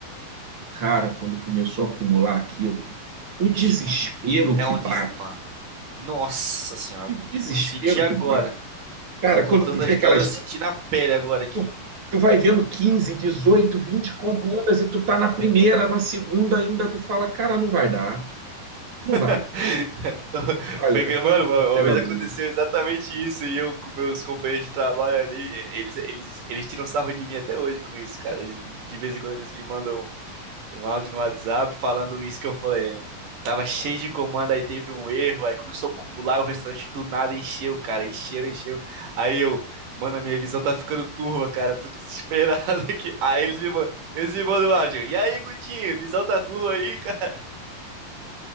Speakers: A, on the right (about 40°); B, on the right (about 65°).
A: Cara, quando começou a acumular aquilo, o
B: Vixe,
A: desespero
B: mano. É
A: que
B: onde.
A: bate
B: Mano. Nossa senhora.
A: Que desespero
B: Eu senti agora.
A: que bate. Cara,
B: Você contando
A: quando tu vê
B: a história,
A: aquelas.
B: eu senti na pele agora aqui.
A: Tu, tu vai vendo 15, 18, 20 comandas e tu tá na primeira, na segunda ainda, tu fala, cara, não vai dar. Não vai.
B: <laughs>
A: Olha,
B: Foi, que- mano, uma
A: imperador.
B: uma vez aconteceu exatamente isso e eu com meus companheiros de trabalho ali, eles, eles, eles tiram sarro de mim até hoje com isso, cara. Eles- de vez em quando eles me mandam um áudio no WhatsApp falando isso que eu falei, né? Tava cheio de comando, aí teve um erro, aí começou a acumular, o restaurante do nada encheu, cara, encheu, encheu. Aí eu, mano, a minha visão tá ficando turva, cara, tô desesperado <laughs> aqui. Aí eles me mandam, eles me mandam o áudio, e aí, Gutinho, visão tá turva aí, <laughs> cara?